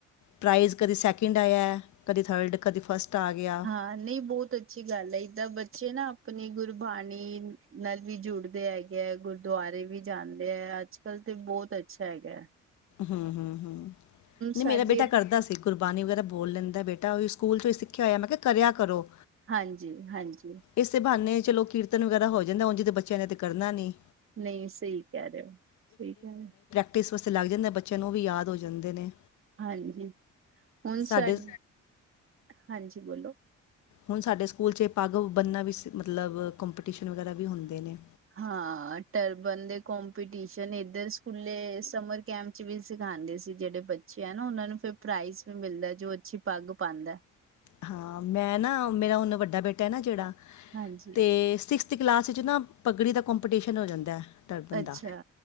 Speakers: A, on the left (about 70°); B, on the right (about 45°).
A: ਪ੍ਰਾਈਜ਼ ਕਦੇ ਸੈਕਿੰਡ ਆਇਆ, ਕਦੇ ਥਰਡ, ਕਦੇ ਫਸਟ ਆ ਗਿਆ।
B: ਹ ਨਹੀਂ ਬਹੁਤ ਅੱਛੀ ਗੱਲ ਐ। ਏਦਾਂ ਬੱਚੇ ਨਾ ਆਪਣੀ ਗੁਰਬਾਣੀ ਨਾਲ ਵੀ ਜੁੜਦੇ ਹੈਗੇ। ਹੈਗੇ, ਗੁਰਦੁਆਰੇ ਵੀ ਜਾਂਦੇ ਐ, ਅੱਜ-ਕੱਲ੍ਹ ਤੇ ਬਹੁਤ ਅੱਛਾ ਹੈਗਾ ਐ।
A: ਹਮ ਹਮ ਹਮ ਨਹੀਂ
B: ਸਾਡੇ
A: ਮੇਰਾ ਬੇਟਾ ਕਰਦਾ ਸੀ। ਕੁਰਬਾਨਣੀ ਵਗੈਰਾ ਬੋਲ ਲੈਂਦਾ ਬੇ- ਹੋ ਈ ਸਿੱਖਿਆ ਹੋਇਆ, ਮੈਂ ਕਿਹਾ ਕਰਿਆ ਕਰੋ।
B: ਹਾਂਜੀ-ਹਾਂਜੀ।
A: ਇਸੇ ਬਹਾਨੇ ਚਲੋ ਕੀਰਤਨ ਵਗੈਰਾ ਹੋ ਜਾਂਦਾ। ਉਜ ਤੇ ਜੇ ਬੱਚਿਆਂ ਨੇ ਤਾਂ ਕਰਨਾ ਨਹੀਂ।
B: ਨਹੀਂ ਸਹੀ ਕਹਿ ਰਹੇ ਓ, ਸਹੀ ਕਹਿ ਰਹੇ ਓ।
A: ਟ ਇਸ ਵਾਸਤੇ ਲੱਗ ਜਾਂਦਾ ਬੱਚਿਆਂ ਨੂੰ ਉਹ ਵੀ ਯਾਦ ਹੋ ਜਾਂਦੇ ਨੇ।
B: ਹਾਂਜੀ, ਹੁਣ
A: ਸਾਡੇ
B: ਸਾਡ, ਹਾਂਜੀ ਬੋਲੋ।
A: ਹੁਣ ਸਾਡੇ ਸਕੂਲ 'ਚ ਏ ਪੱਗ ਬਣਨਾ ਵੀ ਮਤਲਬ ਕੰਪੀਟੀਸ਼ਨ ਵਗੈਰਾ ਵੀ ਹੁੰਦੇ ਨੇ।
B: ਹਾਂ ਟਰਬਨ ਦੇ ਕੰਪੀਟੀਸ਼ਨ ਇੱਧਰ ਸਕੂਲੇ ਸਮਰ- ਕੈਂਪ ਚ ਵੀ ਸਿਖਾਦੇ ਸੀ ਜਿਹੜੇ ਬੱਚੇ ਆ ਨਾ। ਉਹਨਾ ਨੂੰ ਫਿਰ ਪ੍ਰਾਈਜ਼ ਵੀ ਮਿਲਦਾ ਜੋ ਅੱਛੀ ਪੱਗ ਬੰਨਦਾ।
A: ਹਾਂ ਮੈਂ ਨਾ ਮੇਰਾ ਹੁਣ ਵੱਡਾ ਬੇਟਾ ਆ ਨਾ ਜਿਹੜਾ
B: ਹਾਂਜੀ।
A: ਤੇ ਸਿਕਸਥ ਕਲਾਸ ਵਿੱਚ ਨਾ ਪੱਗੜੀ ਦਾ ਕੰਪੀਟੀਸ਼ਨ ਹੋ ਜਾਂਦਾ। ਟਰਬਨ
B: ਅੱਛਾ
A: ਦਾ